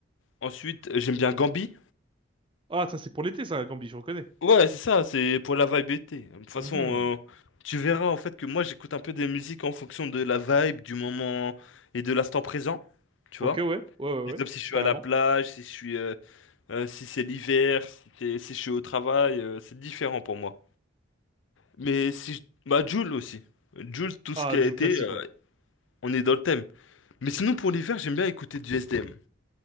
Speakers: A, on the left; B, on the right.
A: Ensuite, j'aime bien Gambi.
B: Ah, ça, c'est pour l'été, ça, Gambi, je reconnais.
A: Ouais, c'est ça, c'est pour la vibe été. De toute façon,
B: Mhm.
A: euh, tu verras en fait que moi j'écoute un peu des musiques en fonction de la vibe, du moment et de l'instant présent, tu
B: Ok,
A: vois.
B: ouais, ouais, ouais, ouais,
A: Par
B: ouais,
A: exemple, si je suis
B: carrément.
A: à la plage, si je suis, euh, euh, si c'est l'hiver, si, c'est- si je suis au travail, euh, c'est différent pour moi. Mais si je... Bah, Jul aussi. Jul, tout
B: Ah,
A: ce qui
B: du
A: a été,
B: classique,
A: euh,
B: ouais.
A: on est dans le thème. Mais sinon, pour l'hiver, j'aime bien écouter du SDM.